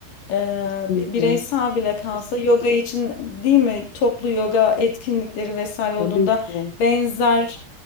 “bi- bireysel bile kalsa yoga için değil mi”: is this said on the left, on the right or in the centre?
Left